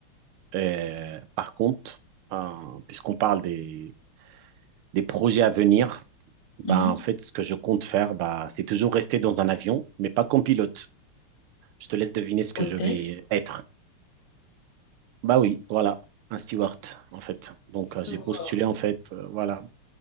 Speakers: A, on the right (about 80°); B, on the left (about 70°).
A: Euh, par contre, euh, puisqu'on parle des, des projets à venir, bah,
B: Mhm.
A: en fait, ce que je compte faire, bah, c'est toujours rester dans un avion, mais pas comme pilote. Je te laisse deviner ce que
B: Hôtesse.
A: je vais être. Bah oui, voilà, un steward, en fait. Donc, euh,
B: Wow.
A: j'ai postulé, en fait, euh, voilà.